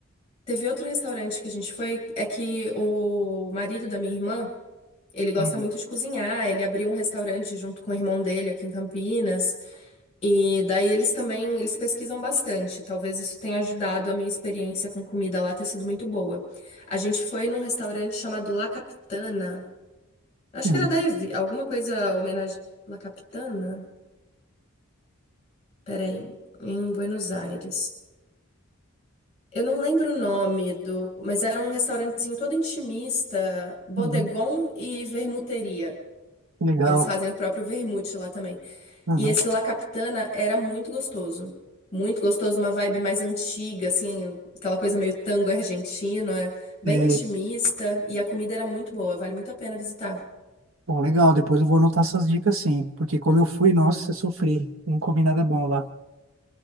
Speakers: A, on the left; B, on the right.
A: teve outro restaurante que a gente foi, é que o marido da minha irmã, ele gosta
B: Hum,
A: muito de cozinhar, ele abriu um restaurante junto com o irmão dele aqui em Campinas. E daí eles também, eles pesquisam bastante. Talvez isso tenha ajudado a minha experiência com comida lá ter sido muito boa. A gente foi num restaurante chamado La Capitana. Acho
B: hum,
A: que era da Evi, alguma coisa homenagem La Capitana? Peraí, em Buenos Aires. Eu não lembro o nome do, mas era um restaurantezinho todo intimista, bodegon
B: hum,
A: e vermuteria.
B: hum, legal.
A: Eles fazem o próprio vermute lá também.
B: Aham.
A: E esse La Capitana era muito gostoso. Muito gostoso, uma vibe mais antiga, assim, aquela coisa meio tango argentino, é bem
B: E,
A: intimista. E a comida era muito boa, vale muito a pena visitar.
B: bom, legal, depois eu vou anotar essas dicas sim, porque como eu fui, nossa, eu sofri, não comi nada bom lá.